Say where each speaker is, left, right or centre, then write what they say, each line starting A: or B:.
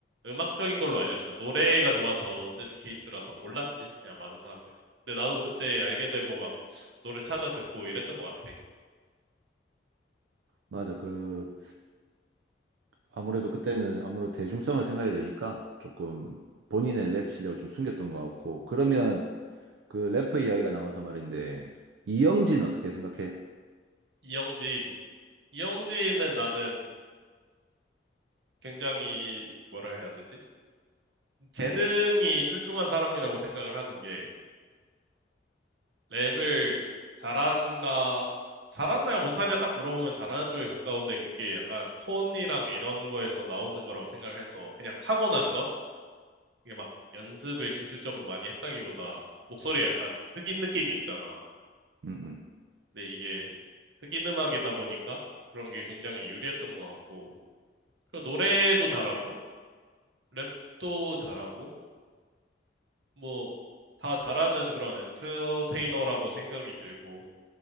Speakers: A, on the right (about 70°); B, on the right (about 90°).
A: 음악적인 걸로 알려주잖아. 노래가 좋아서 뜬 케이스라서 몰랐지. 그냥 많은 사람들이. 근데 나도 그때 알게 되고 막 노래 찾아 듣고 이랬던 것 같아.
B: 맞아. 그, 아무래도 그때는 아무래도 대중성을 생각해야 되니까 조금 본인의 랩 실력을 좀 숨겼던 것 같고 그러면 그 래퍼 이야기가 나와서 말인데 이영진 어떻게 생각해?
A: 이영지. 이영지는 나는 굉장히 뭐라 해야 되지? 재능이 출중한 사람이라고 생각을 하는 게 랩을 잘한다, 잘하냐 못하냐 딱 물어보면 잘하는 쪽에 가까운데 그게 약간 톤이랑 이런 거에서 나오는 거라고 생각을 해서 그냥 타고난 것? 이게 막 연습을 기술적으로 많이 했다기보다 목소리가 약간 흑인 느낌이 있잖아.
B: 음, 음.
A: 근데 이게 흑인 음악이다 보니까 그런 게 굉장히 유리했던 것 같고 그리고 노래도 잘하고 랩도 잘하고 뭐 다 잘하는 그런 엔터테이너라고 생각이 들고,